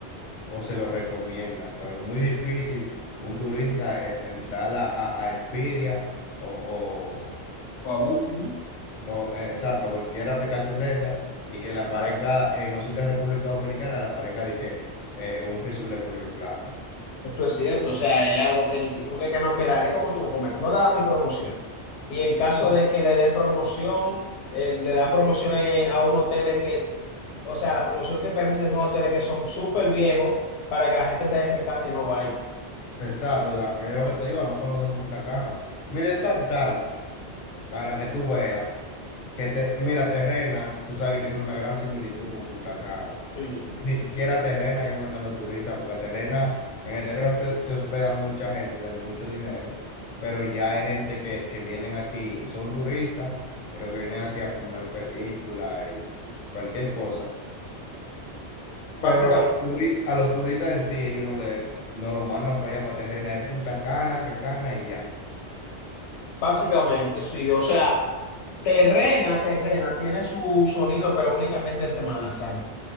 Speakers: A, on the left; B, on the left.
A: o se lo recomiendan, pero muy difícil un turista en- entrar a, a, a Expedia o,
B: Guabuki.
A: o, o, eh, exacto, cualquier aplicación de esa y que le aparezca en opción de República Dominicana, le aparezca de que eh, un resort de Puerto Plata.
B: Eso es cierto, o sea, es algo que ni siquiera, porque que no, mira, es como tú comentas, no le dan ni promoción. Y en caso
A: No, no.
B: de que le den promoción, eh, le dan promociones a unos hoteles que, o sea, la promoción que permite son hoteles que son súper viejos para que la gente se desencante y no vaya.
A: Exacto, da- es lo que te digo, además conocen Punta Cana. Mira, es tan tal para que tú veas que te, mira, Terrena, tú sabes que tiene una gran similitud con Punta Cana.
B: Sí,
A: Ni siquiera a Terrena llaman a los turistas, porque a Terrena, en el Terrena se, se hospeda mucha gente de mucho dinero, pero ya hay gente que, que vienen aquí, son turistas, pero que vienen aquí a filmar películas y cualquier cosa. Pero
B: básica-
A: a los, turi- a los turistas en sí, ellos no le, no lo mandan para allá, para Terrena, es Punta Cana, Cacana y ya.
B: básicamente, sí, o sea, Terrena, Terrena tiene su sonido, pero únicamente en Semana Santa.